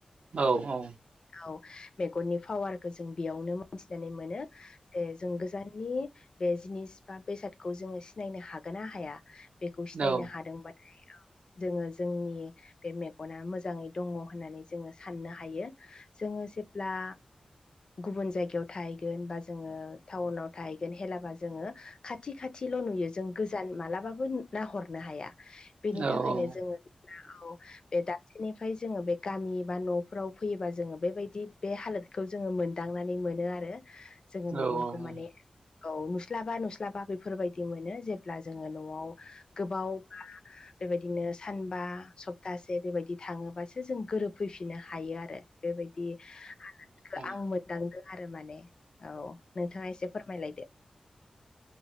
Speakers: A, on the right; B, on the left.
A: औ औ औ
B: औ मेगननि पावारखौ जों बेयावनो मोनथिनानै मोनो ए जों गोजाननि बे जिनिस बा बेसादखौ जोङो सिनायनो हागोन ना हाया? बेखौ सिनायनो
A: औ
B: हादोंबाथाय जोङो जोंनि बे मेगना मोजाङै दङ होननानै जोङो साननो हायो जोङो जेब्ला गुबुन जायगायाव थाहैगोन बा जोङो टाउनाव थाहैगोन हेलाबा जोङो खाथि खाथिल' नुयो जों गोजान मालाबाबो नाहरनो हाया। बेनि
A: औ
B: थाखायनो
A: औ
B: जोङो औ बे दाबसेनिफ्राय जोङो बे गामि बा न'फोराव फैयोबा जोङो बेबायदि बे हालोद खौ जोङो मोनदांनानै मोनो आरो। जोङो
A: औ
B: मेगनखौ
A: औ
B: माने औ नुस्लाबा नुस्लाबा बेफोरबायदि मोनो जे अब्ला जोङो न'आव गोबावबा बेबायदिनो सानबा सब गासे बेबायदि थाङोबासो जों गोरोबफैफिननो हायो आरो। बेबायदि <unintelligible>
A: औ
B: आं मोन दांदो आरो माने औ नोंथाङा एसे फोरमायलाय दे